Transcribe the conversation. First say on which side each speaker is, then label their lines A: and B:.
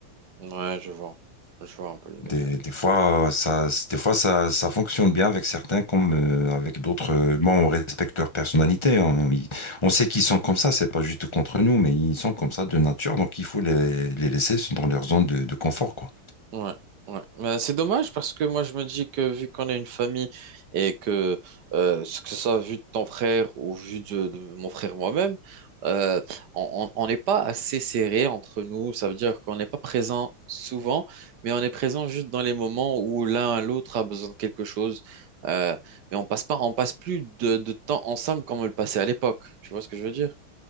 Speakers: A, on the right (about 60°); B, on the left (about 20°).
A: Ouais, je vois, je vois un peu le délire.
B: Des, des fois, euh, ça, des fois ça, ça fonctionne bien avec certains comme euh, avec d'autres. Euh, Bon, on respecte leur personnalité. On, ils- on sait qu'ils sont comme ça. C'est pas juste contre nous, mais ils sont comme ça de nature. Donc, il faut les, les laisser dans leur zone de, de confort, quoi.
A: Ouais, ouais. Mais c'est dommage parce que moi je me dis que vu qu'on est une famille et que euh, ce que ce soit vu de ton frère ou vu de, de mon frère moi-même, euh, on on- on n'est pas assez serré entre nous. Ça veut dire qu'on n'est pas présent souvent, mais on est présent juste dans les moments où l'un à l'autre a besoin de quelque chose. Euh, mais on passe pas, on passe plus de, de temps ensemble comme on le passait à l'époque. Tu vois ce que je veux dire?